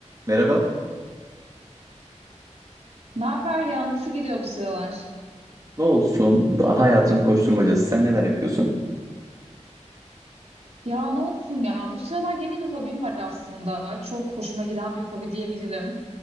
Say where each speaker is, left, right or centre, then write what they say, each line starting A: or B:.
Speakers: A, on the right; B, on the right.
A: Merhaba.
B: Ne haber ya? Nasıl gidiyor bu sıralar?
A: Ne olsun? Hayatın koşturmacası. Sen neler yapıyorsun?
B: Ya ne olsun ya? Bu sıralar yeni bir hobim var aslında. Çok hoşuma giden bir hobi diyebilirim.